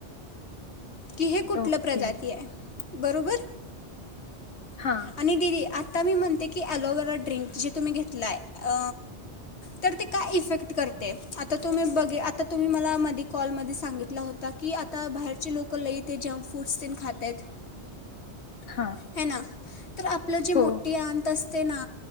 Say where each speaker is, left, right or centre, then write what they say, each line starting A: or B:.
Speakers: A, on the left; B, on the left.
A: की हे कुठलं
B: ओके
A: प्रजाती आहे. बरोबर.
B: हा
A: आणि दिदी आता आता मी म्हणते की, ॲलोवेरा ड्रिंक जे तुम्ही घेतलाय, अ तर ते काय इफेक्ट करते? आता तुम्ही बघे, आता तुम्ही मला मधी कॉलमध्ये सांगितला होता की, आता बाहेरचे लोक, लई ते जंक फूड्स तेन खाताएत.
B: हा.
A: है ना. तर आपलं जी
B: हो
A: मोठी आंत अस ते ना.